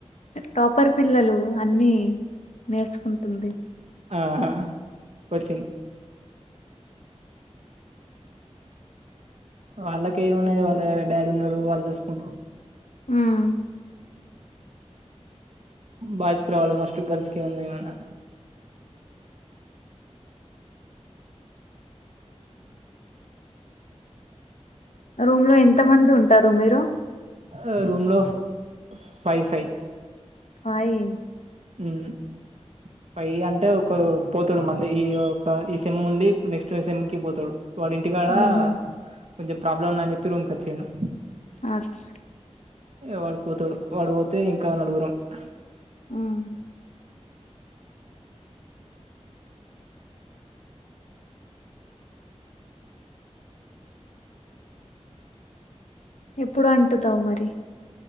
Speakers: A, on the left; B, on the right.
A: టాపర్ పిల్లలూ అన్నీ నేర్చుకుంటుంది.
B: ఆహా వొచ్చింద్ వాళ్ళకేమున్నది వాళ్ళా డాడి ఉన్నడూ వాళ్ళు చూసుకుంటర్రు.
A: హ్మ్
B: బాయ్స్కి రావాలి ఫస్ట్, గర్ల్స్కి ఏంది ఏమైన్నా.
A: రూమ్ లో ఎంత మంది ఉంటార్. మీరూ
B: ఆ రూమ్ లో ఫై ఫై.
A: హాయి
B: ఉమ్. ఫై అంటే ఒకరు పోతడు మళ్ళీ ఈ ఒక ఈ సెమ్ ఉండీ, నెక్స్ట్ సెమ్ కి పోతడు. వాడింటి కాడా
A: ఉహు
B: కొంచెం ప్రాబ్లం ఉన్నది అని చెప్పి రూమ్కి వచ్చండు.
A: ఆచ్
B: వాడు పోతడు వాడు పోతే ఇంకా నలుగురం. <inaudible>
A: ఉమ్ ఎప్పుడు అంటుతావు మరి.